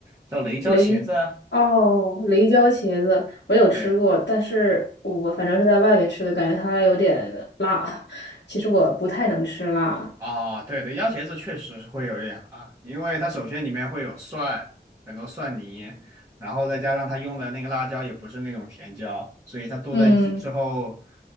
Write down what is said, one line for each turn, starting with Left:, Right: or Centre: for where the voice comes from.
Right: 叫雷椒茄子啊
Left: 雷，哦，雷椒茄子我有吃过，
Right: 对，
Left: 但是我反正是在外面吃的，感觉它有点辣。<laughs> 其实我不太能吃辣。
Right: 啊，对的，鸭茄子确实会有一点辣，因为它首先里面会有蒜，很多蒜泥，然后再加上它用的那个辣椒也不是那种甜椒，所以它剁在一起之后，
Left: 嗯，